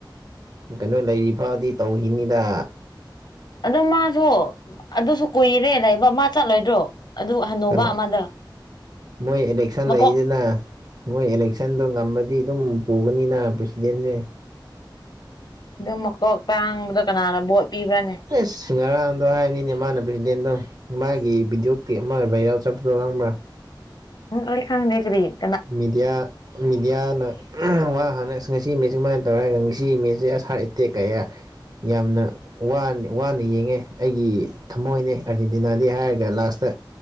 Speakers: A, on the right (about 50°); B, on the left (about 60°).
A: ꯀꯩꯅꯣ ꯂꯩꯔꯤ ꯐꯥꯎꯗꯤ ꯇꯧꯈꯤꯅꯤꯗꯥ
B: ꯑꯗꯨ ꯃꯥꯁꯨ ꯑꯗꯨꯁꯨ ꯀꯨꯏꯔꯦ ꯂꯩꯕ ꯃꯥ ꯆꯠꯂꯣꯏꯗ꯭ꯔꯣ ꯑꯗꯨ ꯍꯟꯅꯨꯕ
A: ꯀꯅ
B: ꯑꯃꯗ
A: ꯃꯣꯏ ꯏꯂꯦꯛꯁꯟ
B: ꯃꯀꯣꯛ
A: ꯂꯩꯁꯤꯅ ꯃꯣꯏ ꯏꯂꯦꯛꯁꯟꯗꯨ ꯉꯝꯃ ꯗꯤ ꯗꯨꯝ ꯄꯨꯒꯅꯤꯅ ꯄ꯭ꯔꯦꯁꯤꯗꯦꯟꯁꯦ
B: ꯗꯨꯝ ꯃꯀꯣꯛ ꯇꯥꯡꯕꯗꯣ ꯀꯅꯥꯅ ꯕꯣꯠ ꯄꯤꯕ꯭ꯔꯥꯅꯦ
A: ꯑꯦꯁ ꯉꯔꯥꯡꯗꯣ ꯍꯥꯏꯅꯤꯅꯦ ꯃꯥꯅ ꯕ꯭ꯔꯤꯗꯦꯟꯗꯣ ꯃꯥꯒꯤ ꯚꯤꯗ꯭ꯌꯣ ꯀ꯭ꯂꯤꯞ ꯑꯃꯥ ꯚꯥꯏꯔꯦꯜ ꯆꯠꯄꯗꯣ ꯈꯪꯕ꯭ꯔꯥ
B: ꯎꯝ ꯑꯣꯏ ꯈꯪꯅꯤꯈꯔꯤ <unintelligible>
A: ꯃꯤꯗ꯭ꯌꯥ ꯃꯤꯗ꯭ꯌꯥꯅ ꯋꯥ ꯍꯥꯅ ꯉꯁꯤ ꯃꯥꯏ ꯇꯧꯏꯒꯁꯤ ꯃꯤꯁꯦ ꯑꯁꯥꯔ ꯏꯇꯦꯛ ꯀꯌꯥ <inaudible> ꯌꯥꯝꯅ ꯋꯥꯟ ꯋꯥꯅ ꯌꯦꯡꯉꯦ ꯑꯩꯏ ꯊꯃꯣꯏꯅꯦ ꯑꯔꯖꯦꯟꯇꯤꯅꯥꯗꯤ ꯍꯥꯏꯔꯒ ꯂꯥꯁꯇ